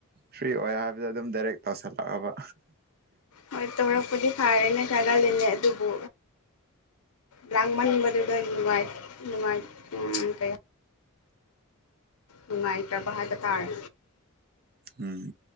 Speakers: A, on the right; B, on the left.
A: ꯐ꯭ꯔꯤ ꯑꯣꯏ ꯍꯥꯏꯕꯗ ꯑꯗꯨꯝ ꯗꯥꯏꯔꯦꯛ ꯇꯧꯁꯜꯂꯛꯑꯕ
B: ꯍꯣꯏ ꯇꯧꯔꯄꯗꯤ ꯐꯥꯔꯦꯅꯦ ꯆꯒꯥ ꯂꯅꯦ ꯑꯗꯨꯕ ꯂ꯭ꯂꯪ ꯃꯅꯤ ꯃꯗꯨꯗ ꯂꯣꯕꯥꯥꯏ ꯂꯣꯕꯥꯥꯏ ꯏꯀ ꯅꯨꯡꯉꯥꯏꯇ꯭ꯔꯕ ꯍꯥꯏꯕ ꯇꯥꯔꯦ
A: ꯎꯝ